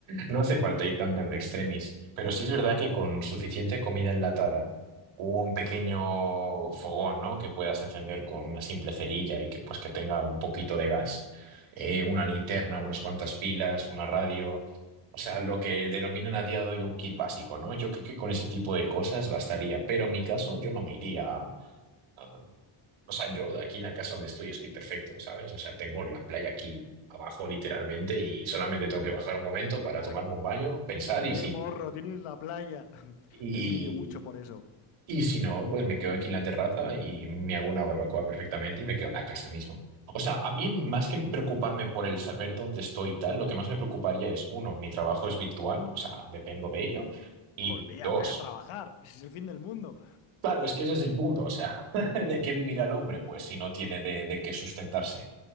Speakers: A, on the right; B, on the left.
A: No hace falta ir tan tan extremis, pero sí es verdad que con suficiente comida enlatada o un pequeño fogón, ¿no? Que puedas encender con una simple cerilla y que pues que tenga un poquito de gas, eh, una linterna, unas cuantas pilas, una radio, o sea, lo que denominan a día de hoy un kit básico, ¿no? Yo creo que con ese tipo de cosas bastaría, pero en mi caso yo no me iría Ah, o sea, yo aquí en la casa donde estoy estoy perfecto, ¿sabes? O sea, tengo la playa aquí abajo literalmente y solamente tengo que bajar un momento para
B: Ya.
A: tomarme un baño, pensar y
B: Qué
A: si,
B: morro, tienes la playa. <laughs>
A: y,
B: Te envidio mucho por eso.
A: y si no, pues me quedo aquí en la terraza y me hago una barbacoa perfectamente y me quedo en la casa mismo. O sea, a mí más que preocuparme por el saber dónde estoy y tal, lo que más me preocuparía es, uno, mi trabajo es virtual, o sea, dependo de ello, y
B: Olvídate
A: dos,
B: de trabajar, ese es el fin del mundo.
A: Claro, es que ese es el punto, o sea, <laughs> ¿de qué vivirá el hombre? Pues si no tiene de, de qué sustentarse.